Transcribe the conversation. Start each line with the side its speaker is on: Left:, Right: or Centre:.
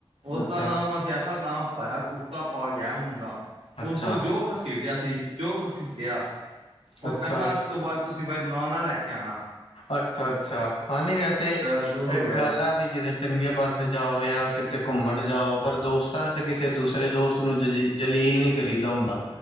Right: ਉਸਦਾ
Left: ਅੱਛਾ
Right: ਨਾਮ ਅਸੀ ਆਸਾ ਨਾਮ ਪਾਇਆ ਕੁੜਤਾ ਪਾ ਗਿਆ। ਮੁੰਡਾ ਉਸਨੂੰ
Left: ਅੱਛਾ
Right: ਜੋ ਘਸੀਟਿਆ ਸੀ, ਜੋ ਘਸੀਟਿਆ ਉਹ
Left: ਅੱਛਾ
Right: ਕਹਿੰਦਾ ਉਸ ਤੋਂ ਬਾਅਦ ਤੁਸੀਂ ਫੇਰ ਨਾਲ ਨਾਲ ਲੈ ਕੇ ਆਣਾ।
Left: ਅੱਛਾ-ਅੱਛਾ ਹੈ ਨ ਵੈਸੇ,
Right: ਜੋ ਰੋਇਆ
Left: ਇੱਕ ਗੱਲ ਆ ਵੀ ਕਿਸਤੇ ਚੰਗੇ ਪਾਸੇ ਜਾਓ, ਜਾਂ ਕਿਤੇ ਘੁੰਮਣ ਜਾਓ, ਪਰ ਦੋਸਤਾਂ ਚ' ਕਿਸੇ ਦੂਸਰੇ ਦੋਸਤ ਉਸਨ ਜ, ਜਲੀਲ ਨੀ ਕਰੀਦਾ ਹੁੰਦਾ।